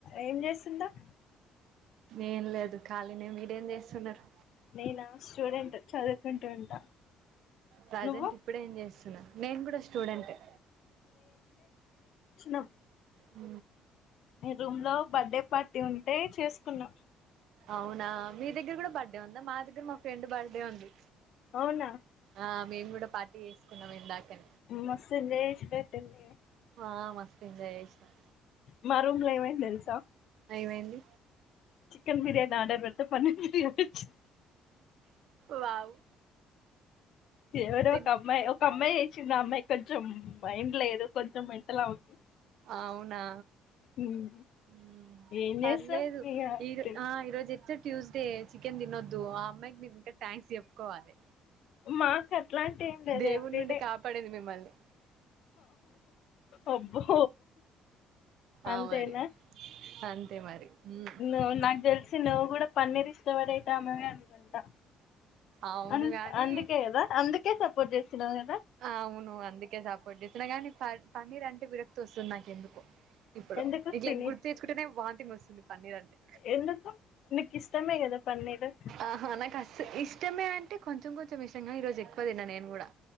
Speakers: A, on the left; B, on the right.
A: ఏం చేస్తున్నావ్
B: ఎం లేదు ఖాళీనే మీరేం చేస్తున్నారు
A: నేనా స్టూడెంట్ చదువుకుంటూ ఉంటా
B: ప్రజెంట్
A: నువ్వు
B: ఇప్పుడే ఏం చేస్తున్నా నేను కూడా స్టూడెంట్ ఏ
A: నం
B: ఊ
A: ఈ రూమ్ లో బర్త్డే పార్టీ ఉంటే చేసుకున్నాం
B: అవునా మీ దగ్గర కూడా బర్త్డే ఉందా మా దగ్గర మా ఫ్రెండ్ బర్త్డే ఉంది
A: అవునా
B: ఆ మేము కూడా పార్టీ చేసుకున్నాం ఇందాకనే
A: మస్తు లేస్ పెట్టంది ఇగ
B: ఆ మస్తు ఎంజాయ్ చేసినం
A: మమా రూమ్ లో ఏమైంది తెలుసా
B: ఏమైంది
A: చికెన్ బిర్యానీ ఆర్డర్ పెడితే పన్నీర్ బిర్యానీ వచ్చింది
B: వావ్
A: ఎవరో
B: తిన్
A: ఒక అమ్మాయి ఒక అమ్మాయి వచ్చింది ఆ అమ్మాయి కొంచెం మైండ్ లేదు కొంచెం మెంటల్ ఆమెకి
B: అవునా
A: ఉమ్,
B: హు
A: ఏం
B: పర్లేదు
A: చేస్తాం ఇగ
B: ఈ ఆ ఈరోజు అయితే ట్యూస్డే చికెన్ తినోద్దు ఆ అమ్మాయికి మీరు ఇంకా థ్యాక్స్ చెప్ప కోవాలి
A: మాకు అట్లాంటి ఏం లేదు
B: దేవుడి
A: ఎవ్రీడే
B: నుండి కాపాడింది మిమ్మల్ని
A: అబ్బో అంతేనా
B: ఆ మరి అంతే మరి మ్మ్.
A: నువ్వు నాకు తెలిసి నువ్వు కూడా పన్నీర్ ఇష్టపడేటమవే అనుకుంటా
B: అవును
A: అ
B: గాని
A: అందుకే కదా అందుకే సపోర్ట్ చేస్తున్నావు కదా
B: అవును అందుకే సపోర్ట్ చేస్త తినగానే పన్నీర్ అంటే విరక్తి వస్తుంది నాకు ఎందుకో ఇప్పుడు
A: ఎందుకు
B: ఇట్లా
A: తిని
B: గుర్తు తెచ్చుకుంటేనే వాంతింగ్ వస్తుంది పన్నీర్ అంటే
A: ఎందుకు నీకు ఇష్టమే కదా పన్నీరు
B: ఆహా నాకు అస్ ఇష్టమే అంటే కొంచెం కొంచెం ఇష్టంగానీ ఈరోజు ఎక్కువ తిన్న నేను కూడా